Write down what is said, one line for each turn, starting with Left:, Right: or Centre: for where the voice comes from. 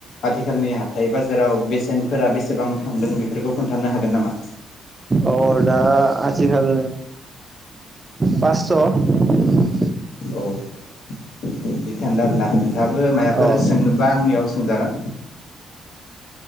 Left: आथिखालनि हाथाय बाजाराव बेसेनफोरा बेसेबां थांदों बेफोरखौ खोन्थानो हागोन नामा?
Right: अ दा आथिखाल पास स'
Left: औ बिदि थांदों आरोना नोंथाङाबो माबाफोर
Right: अ
Left: सोंनोबा आंनियाव सोंजागोन।